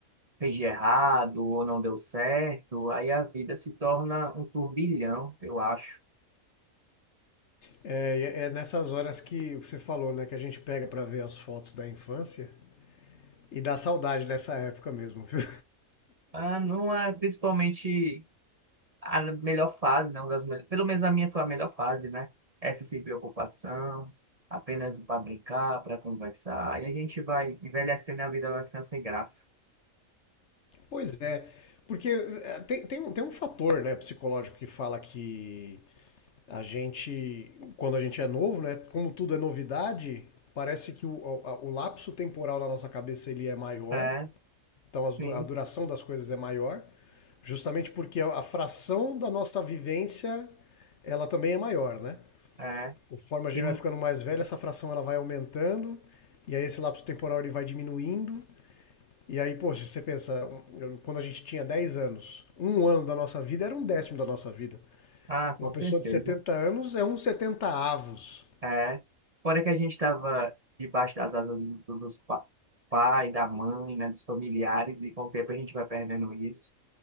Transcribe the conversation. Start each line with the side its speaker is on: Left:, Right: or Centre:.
Right: fez de errado ou não deu certo, aí a vida se torna um turbilhão, eu acho.
Left: É, é nessas horas que você falou, né? Que a gente pega para ver as fotos da infância e dá saudade dessa época mesmo, viu?
Right: Ah, não é principalmente a melhor fase, né? Uma das mel- Pelo menos a minha foi a melhor fase, né? Essa sem preocupação, apenas para brincar, para conversar. E a gente vai envelhecendo e a vida vai ficando sem graça.
Left: Pois é, porque é, tem, tem, um- tem um fator, né, psicológico que fala que a gente, quando a gente é novo, né, como tudo é novidade, parece que o, a- o lapso temporal na nossa cabeça ele é maior,
Right: É,
Left: então as
Right: sim,
Left: a duração das coisas é maior, justamente porque a, a fração da nossa vivência ela também é maior, né?
Right: é.
Left: Conforme a gente
Right: E, mu-
Left: vai ficando mais velho, essa fração ela vai aumentando e aí esse lapso temporal ele vai diminuindo. E aí, poxa, você pensa, um, quando a gente tinha 10 anos, um ano da nossa vida era um décimo da nossa vida.
Right: ah,
Left: Uma
Right: com
Left: pessoa
Right: certeza.
Left: de 70 anos é um 70 avos.
Right: É. Fora que a gente estava debaixo das asas do- do- dos pa pai, da mãe, né? Dos familiares, e com o tempo a gente vai perdendo isso.